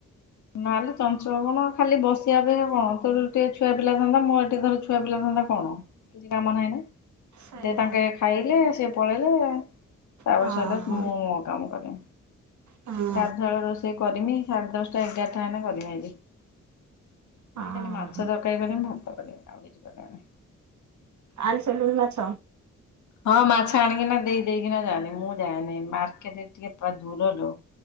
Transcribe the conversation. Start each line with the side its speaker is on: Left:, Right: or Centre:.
Left: ନା ଲୋ ଚଞ୍ଚଳ କଣ ଖାଲି ବସିବା ପାଇଁ ହଁ ତୋର ଟିକେ ଛୁଆ ପିଲା ଧନ୍ଦା ମୁଁ ଏତେ ଥର ଛୁ। ଛୁଆ ପିଲା ଧନ୍ଦା କଣ କିଛି କାମ ନାହିଁ ନା।
Right: ସେଇଆ
Left: ଦେ ତାଙ୍କେ ଖାଇଲେ ସିଏ ପଳେଇଲେ ତାପରେ
Right: ହଁ
Left: ସରିଲା ମୁଁ ମୋ କାମ କରେ।
Right: ହଁ
Left: ଗାଧୁଆ ବେଳ ରୋଷେଇ କରିମି ସାଢେ ଦଶଟା, ଏଗାରଟା ହେଲେ କରିମି ଆଜି। ଦେଇ
Right: ହଁ।
Left: ଖାଲି ମାଛ ତରକାରୀ କରିିଛନ୍ତି ମୁଁ ଖାଲି ଭାତ କରିମି ଆଉ କିଛି କରିବାର ନାହିଁ।
Right: ଆଣି ସାରିଲୁଣି ମାଛ।
Left: ହଁ ମାଛ ଆଣିକି ନା ଦେଇ ଦେଇକିନା ଯାଆନ୍ତି ମୁଁ ଯାଏନି ମାର୍କେଟ ଟିକେ ପୁରା ଦୂର ଲୋ।